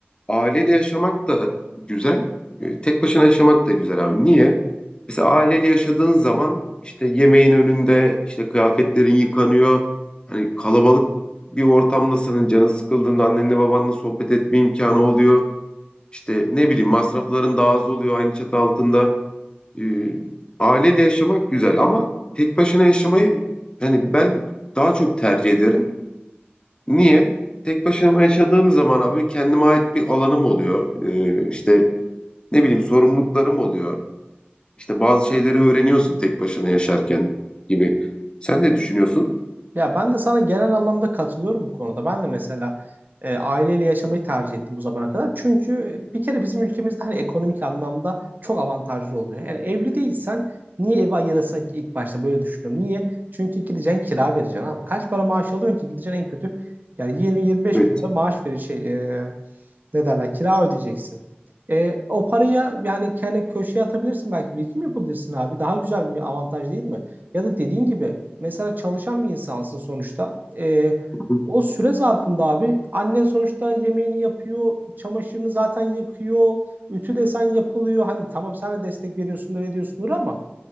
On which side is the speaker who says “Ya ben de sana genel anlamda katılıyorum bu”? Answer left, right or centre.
Right